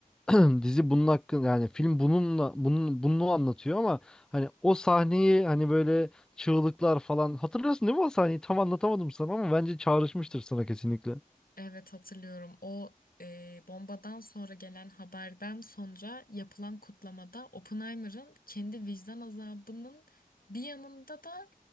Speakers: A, in the centre; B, on the left (about 80°).
A: <clears throat> dizi bunun hakkında yani film bununla bunun bunu anlatıyor ama hani o sahneyi hani böyle çığlıklar falan hatırlıyorsun değil mi o sahneyi? Tam anlatamadım sana ama bence çağrışmıştır sana kesinlikle.
B: Evet hatırlıyorum. O e, bombadan sonra gelen haberden sonra yapılan kutlamada Oppenheimer'ın kendi vicdan azabının bir yanında da